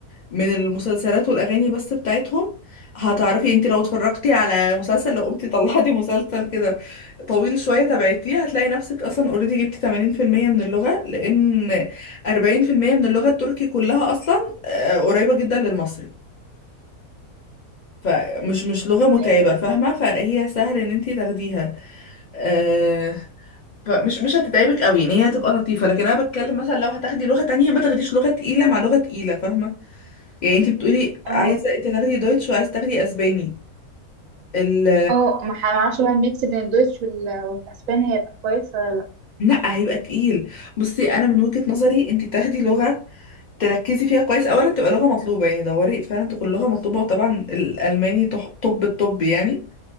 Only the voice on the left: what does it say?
من المسلسلات والأغاني بس بتاعتهم هتعرفي انتي لو اتفرجتي على مسلسل لو قمتي طلعتي مسلسل كده طويل شوية تبعتيه هتلاقي نفسك أصلا اوريدي جبتي 80% من اللغة لأن 40% من اللغة التركي كلها أصلا آه، قريبة جدا للمصري فمش مش لغة متعبة
فاهمة فهي سهل ان انتي تاخديها آه، فمش مش هتتعبك قوي يعني هي هتبقى لطيفه لكن انا بتكلم مثلا لو هتاخدي لغه تانية ما تاخديش لغه تقيله مع لغه تقيله فاهمه يعني انت بتقولي
عايزه انت تاخدي دويتش وعايزه تاخدي اسباني ال
لا هيبقى تقيل بصي انا من وجهه نظري انت تاخدي لغه تركزي فيها كويس اولا تبقى لغه مطلوبه يعني دوري فعلا تكون لغه مطلوبه وطبعا الالماني طح- طب الطب يعني